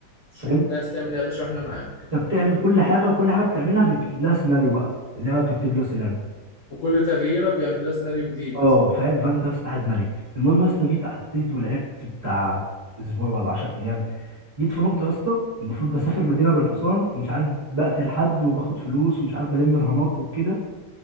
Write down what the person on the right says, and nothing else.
فاهم
انت بتعمل كل حاجه وكل حاجه بتعملها بيكتب لها سيناريو بقى اللعبه بتكتب له سيناريو
اه فاهم فانت يا اسطى قاعد ملك المهم يا اسطى جيت عديت ولعبت بتاع اسبوع ولا 10 ايام جيت في نقطه يا اسطى المفروض بسافر مدينه بالحصان ومش عارف بقتل حد وباخد فلوس ومش عارف بلم رهانات وكده